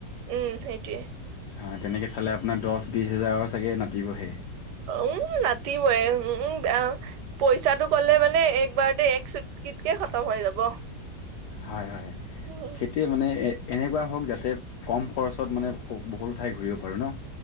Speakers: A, on the right; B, on the left.
A: উম, সেইটোৱে।
B: হয় তেনেকে চালে আপোনাৰ দছ, বিছ হেজাৰৰ চাগে নাতিবহে।
A: উম, নাতিবয়ে উম পইচাটো ক'লে মানে একবাৰতে এক চুটকিতকে খতম হৈ যাব।
B: হয়, হয়
A: উম
B: সেইটোৱে মানে এ এনেকুৱা হওক যাতে কম খৰচত মানে বহু -বহুতো ঠাই ঘূৰিব পাৰোঁ ন'?